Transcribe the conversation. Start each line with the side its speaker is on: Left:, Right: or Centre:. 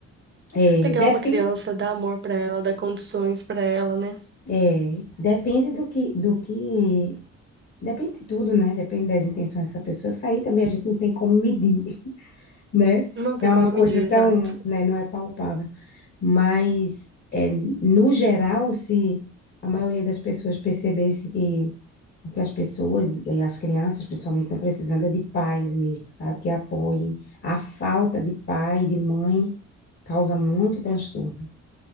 Left: É,
Right: pegar
Left: depende,
Right: uma criança, dar amor pra ela, dar condições pra ela, né?
Left: é, depende do que, do que, depende de tudo, né? Depende das intenções dessa pessoa. Isso aí também a gente não tem como medir. né?
Right: Não tem
Left: É uma
Right: como
Left: coisa
Right: medir, exato.
Left: tão, né, não é palpável, mas é, no geral, se a maioria das pessoas percebesse que o que as pessoas, e as crianças principalmente, estão precisando é de pais mesmo, sabe? Que apoiem. A falta de pai, de mãe, causa muito transtorno.